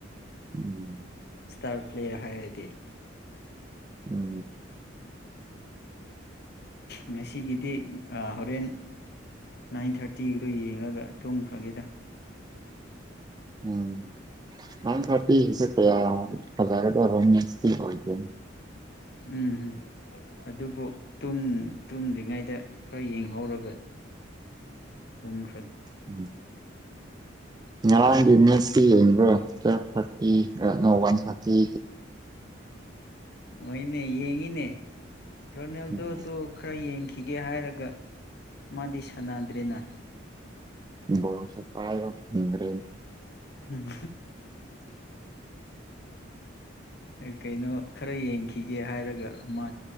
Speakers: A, on the right (about 20°); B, on the left (about 55°).
A: ꯎꯝ
B: ꯏꯁꯇꯥꯔ ꯄ꯭ꯂꯦ ꯍꯥꯏꯔꯗꯤ
A: ꯎꯝ
B: ꯉꯁꯤꯒꯤꯗꯤ ꯍꯣꯔꯦꯟ ꯅꯥꯏꯟ ꯊꯥꯔꯇꯤꯒ꯭ꯔꯣ ꯌꯦꯡꯂꯒ ꯊꯨꯝꯈ꯭ꯔꯒꯦꯗ
A: ꯎꯝ ꯎ ꯅꯥꯟ ꯊꯇꯤ ꯁꯛꯇꯌꯥ ꯍꯖꯔꯦ ꯇꯔꯝ ꯅꯁꯇ
B: ꯎꯝꯝ ꯑꯗꯨꯕꯨ ꯇꯨꯝꯗ꯭ꯔꯤꯉꯩꯗ ꯈꯔ ꯌꯦꯡꯍꯧꯔꯒ ꯇꯨꯡ
A: ꯝ ꯌꯥ ꯁ ꯇꯨꯋ ꯊꯥꯔꯇꯤ ꯋꯥꯟ ꯊꯥꯔꯇꯤ
B: ꯑꯅꯦ ꯌꯦꯡꯉꯤꯅꯦ ꯔꯣꯅꯦꯜꯗꯣ
A: ꯎꯝ
B: ꯇ ꯈꯔ ꯌꯦꯡ ꯊꯤꯒꯦ ꯍꯥꯏꯔꯒ ꯃꯥꯗꯤ ꯁꯥꯟꯅꯗ꯭ꯔꯦꯅ
A: ꯕꯁ ꯄꯥꯔ ꯐ
B: ꯎꯝ ꯎꯝ ꯀꯩꯅꯣ ꯈꯔ ꯌꯦꯡꯈꯤꯒꯦ ꯍꯥꯏꯔꯒ ꯑꯃ